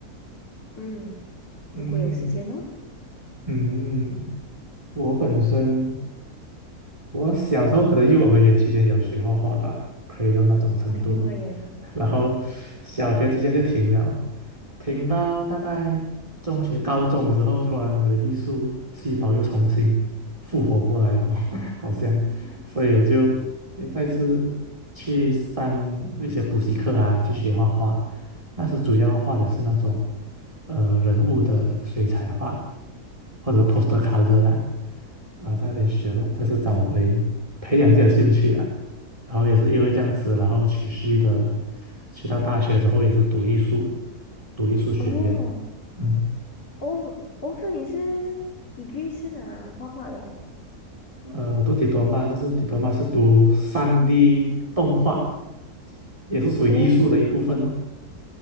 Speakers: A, on the left; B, on the right.
A: <laughs> 嗯，
B: 嗯
A: 如果有时间哦，
B: 嗯，嗯我本身。我小时候可能幼儿园期间有学画画吧，可以用那种程度咯。
A: 啊幼儿园，
B: <laughs> 然后小学期间就停了，停到大概中学、高中的时候，突然我的艺术细胞又重新复活过来了，<laughs> 好像，
A: 嗯
B: 所以我就诶再次去上一些补习课啊，
A: 嗯
B: 去学画画。那时主要画的是那种。呃人物的水彩画或者 poster color 啦，然后在那边学咯，再次找回培养自己的兴趣啦。然后也是因为这样子，然后持续的去到大学之后也是读艺术，读艺术学院。
A: 哦
B: 嗯，
A: 哦，我说你是 degree 是哪画画的啊
B: 呃，我读 diploma，但是 diploma 是读三 d 动画，也是属于艺术的一部分咯。
A: 哦。